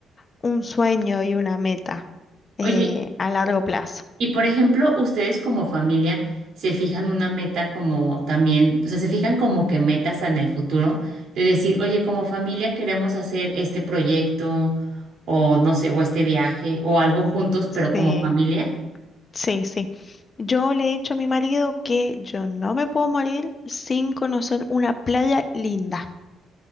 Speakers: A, on the left; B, on the right.
A: un sueño y una meta eh,
B: Oye,
A: a largo plazo.
B: y por ejemplo, ustedes como familia se fijan una meta como también, o sea, se fijan como que metas en el futuro de decir, oye, como familia queremos hacer este proyecto o no sé, o este viaje o algo juntos, pero como
A: Sí,
B: familia. <laughs>
A: sí, sí. Yo le he dicho a mi marido que yo no me puedo morir sin conocer una playa linda.